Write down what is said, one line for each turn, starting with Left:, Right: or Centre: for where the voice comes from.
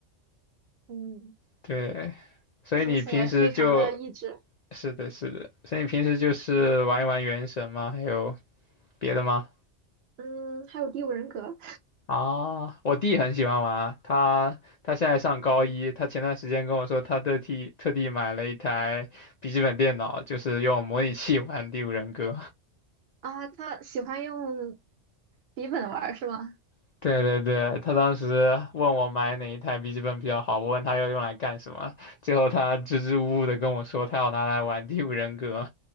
Right: 嗯，
Left: 对，所以你平时就
Right: 听起来非常的益智。
Left: 是的，是的，所以你平时就是玩一玩原神吗？还有别的吗？
Right: 嗯，还有第五人格
Left: 啊，我弟很喜欢玩啊他他现在上高一，他前段时间跟我说，他特地特地买了一台笔记本电脑，就是用模拟器玩《第五人格》。
Right: 啊，他喜欢用笔本玩儿是吗？
Left: <laughs> 对对对，他当时问我买哪一台笔记本比较好，我问他要用来干什么，最后他支支吾吾的跟我说，他要拿来玩《第五人格》